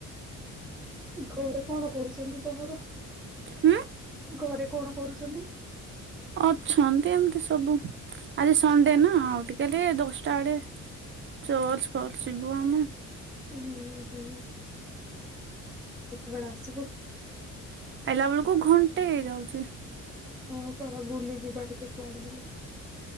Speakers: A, in the centre; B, on the right (about 40°).
A: ଘରେ କଣ କରୁଚନ୍ତି ତମର?
B: ହୁଁ।
A: ଘରେ କଣ କରୁଚନ୍ତି?
B: ଅଛନ୍ତି ଏମିତି ସବୁ। ଆଜି ସଣ୍ଡେ ନା ଆଉ ଟିକେଲେ ଦଶଟା ଆଡେ ଚର୍ଚ ଫର୍ଚ ଜିବୁ ଆମେ।
A: ହୁଁ ହୁଁ କେତେବେଳେ ଆସିବୁ?
B: ଆଇଲା ବେଳକୁ ଘଣ୍ଟେ ହେଇଯାଉଛି।
A: ହୁଁ ପରା ବୁଲି ଯିବା ଟିକେ କୁଆଡେ ହେଲେ।